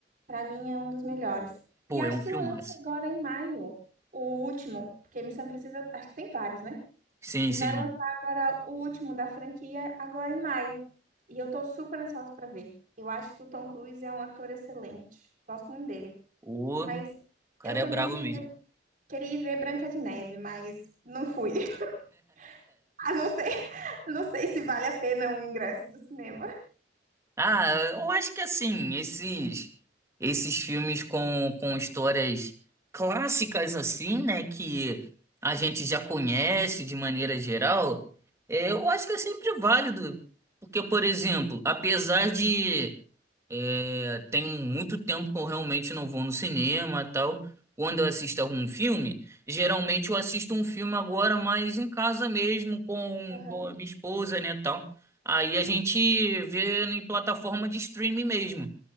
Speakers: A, on the right (about 50°); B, on the right (about 15°).
A: Pra mim é um dos melhores.
B: Pô,
A: E acho
B: é um
A: que
B: filmaço.
A: lança agora em maio, o último, porque Missão Impossível, acho que tem vários, né?
B: Sim,
A: E
B: sim.
A: vai lançar agora o último da franquia agora em maio. E eu tô super ansiosa pra ver. Eu acho que o Tom Cruise é um ator excelente. Gosto muito dele.
B: O
A: Mas
B: cara
A: eu também
B: é brabo
A: queria,
B: mesmo.
A: queria ir ver Branca de Neve, mas não fui. <laughs> Ah, não sei, não sei se vale a pena o ingresso do cinema.
B: Ah, eu acho que assim, esses esses filmes com, com histórias clássicas assim, né, que a gente já conhece de maneira geral, é, eu acho que é sempre válido, porque, por exemplo, apesar de é, tem muito tempo que eu realmente não vou no cinema e tal. Quando eu assisto algum filme, geralmente eu assisto um filme agora, mas em casa mesmo, com,
A: Aham.
B: com a minha esposa, né, tal. Aí a gente vê em plataforma de streaming mesmo.